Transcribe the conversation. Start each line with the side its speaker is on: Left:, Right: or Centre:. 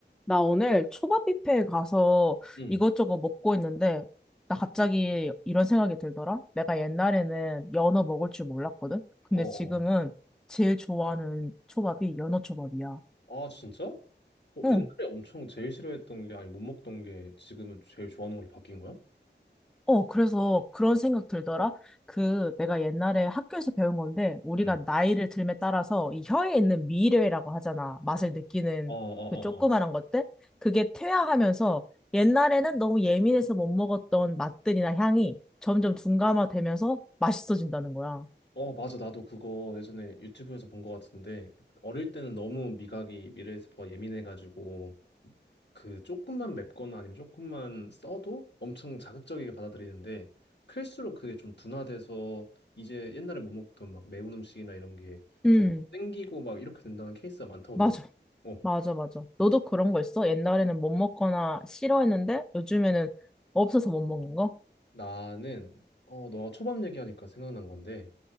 Centre: 나 오늘 초밥 뷔페에 가서
Left: 응.
Centre: 이것저것 먹고 있는데, 나 갑자기 이런 생각이 들더라? 내가 옛날에는 연어 먹을 줄 몰랐거든? 근데
Left: 어,
Centre: 지금은
Left: 어.
Centre: 제일 좋아하는 초밥이 연어 초밥이야.
Left: 아, 진짜? 어,
Centre: 응.
Left: 옛날에 엄청 제일 싫어했던 게 아니 못 먹던 게 지금은 제일 좋아하는 걸로 바뀐 거야?
Centre: 어, 그래서 그런 생각 들더라. 그 내가 옛날에 학교에서 배운 건데 우리가
Left: 응.
Centre: 나이를 들에 따라서 이 혀에 있는 미뢰라고 하잖아. 맛을 느끼는
Left: 어, 어, 어,
Centre: 그 조그만한
Left: 어.
Centre: 것들. 그게 퇴화하면서 옛날에는 너무 예민해서 못 먹었던 맛들이나 향이 점점 둔감화되면서 맛있어진다는 거야.
Left: 어, 맞아. 나도 그거 예전에 유튜브에서 본 것 같은데 어릴 때는 너무 미각이 미레스퍼 예민해가지고 그 조금만 맵거나 아니면 조금만 써도 엄청 자극적이게 받아들이는데 클수록 그게 좀 둔화돼서 이제 옛날에 못 먹던 막 매운 음식이나 이런 게
Centre: 음,
Left: 점점 땡기고 막 이렇게 된다는 케이스가 많다고
Centre: 맞아.
Left: 들었어. 어.
Centre: 맞아, 맞아. 너도 그런 거 있어? 옛날에는 못 먹거나 싫어했는데 요즘에는 없어서 못 먹는 거?
Left: 나는 어 너가 초밥 얘기하니까 생각난 건데